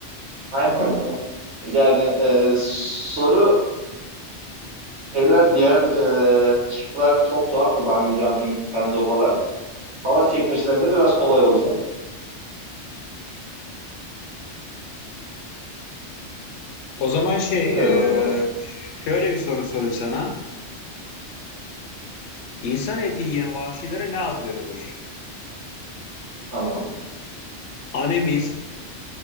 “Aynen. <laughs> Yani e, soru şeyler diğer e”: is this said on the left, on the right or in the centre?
Right